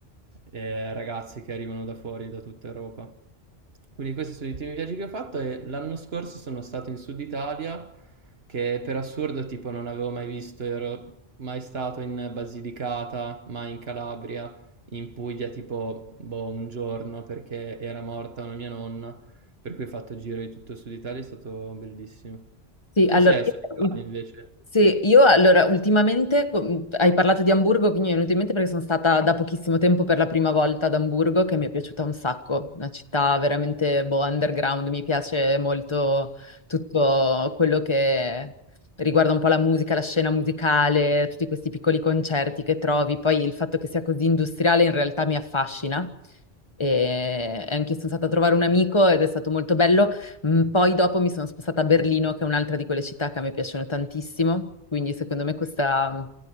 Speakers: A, on the right; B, on the left.
A: eh, ragazzi che arrivano da fuori, da tutta Europa. Quindi questi sono gli ultimi viaggi che ho fatto e l'anno scorso sono stato in Sud Italia, che per assurdo tipo non avevo mai visto, ero mai stato in Basilicata, mai in Calabria, in Puglia tipo boh, un giorno perché era morta una mia nonna, per cui ho fatto giro di tutto il Sud Italia, è stato bellissimo.
B: Sì,
A: Tu
B: allora,
A: sei al
B: io,
A: Sud Italia invece?
B: sì, io, allora, ultimamente com- hai parlato di Amburgo, quindi mi è venuto in mente perché sono stata da pochissimo tempo per la prima volta ad Amburgo, che mi è piaciuta un sacco, una città veramente boh, underground, mi piace molto tutto quello che riguarda un po' la musica, la scena musicale, tutti questi piccoli concerti che trovi, poi il fatto che sia così industriale in realtà mi affascina. E anche io sono stata a trovare un amico ed è stato molto bello. Mm, Poi dopo mi sono spostata a Berlino, che è un'altra di quelle città che a me piacciono tantissimo, quindi secondo me questa